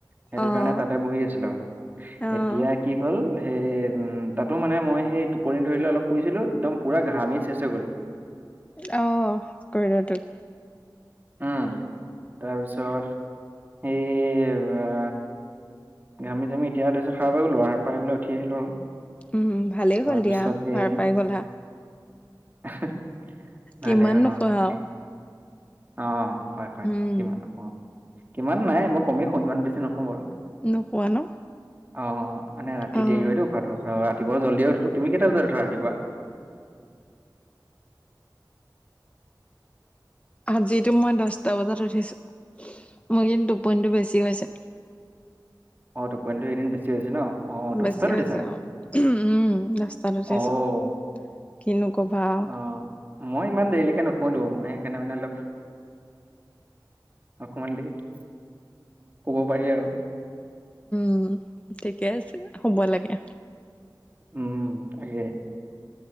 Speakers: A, on the right; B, on the left.
A: সেইটো
B: অ',
A: কাৰণে তাতে বহি আছিলো
B: অ'।
A: এতিয়া। কি হ'ল সেই তাতো মানে মই সেই টোপনি ধৰিলে অলপ শুইছিলোঁ। একদম, পূৰা ঘামি চেচ হৈ গ'লোঁ।
B: অঁ কৰিডৰটোত।
A: উম' তাৰপিছত সেই - ঘামি যামি এতিয়া দেখিছো সাৰ পাই গলোঁ আও সাৰ পাই উঠি আহিলো আৰু
B: উম' ভালেই
A: তাৰপিছত
B: হ'ল দিয়া
A: সেই
B: সাৰ পাই গ'লা।
A: <unintelligible> ভালেই
B: কিমান
A: হ'ল
B: নোশুৱা
A: তাকে
B: আৰু।
A: অ' হয় হয়
B: উম,
A: কিমান নুশু আও ইমান নাই। মই কমে শুও ইমান বেছি নোশু বাৰু
B: নোশুৱা ন
A: অঁ মানে ৰাতি
B: অ',
A: দেৰি হয় তো শুৱাটো ৰাতিপুৱা জল্দিয়ে উঠো তুমি কেইটা বজাত উঠা ৰাতিপুৱা
B: আজিতো মই দছটা বজাত উঠিছো। মোৰ এইকেইদিন টোপনটো বেছি হৈছে।
A: অ' টোপনিটো এইকেদিন বেছি হৈছে ন। অ' দহটাত
B: বেছি
A: উঠিছা
B: হৈছে অ' উম' দছতাত উঠেছো।
A: অ'
B: কিনো কবা আও,
A: অ' মই ইমান দেৰিলেকে নুশুওঁতো মই সেইকাৰণে মানে অলপ অকমান দেৰি শুব পাৰি আৰু,
B: উম' ঠিকে আছে শুব লাগে।
A: উম' তাকে,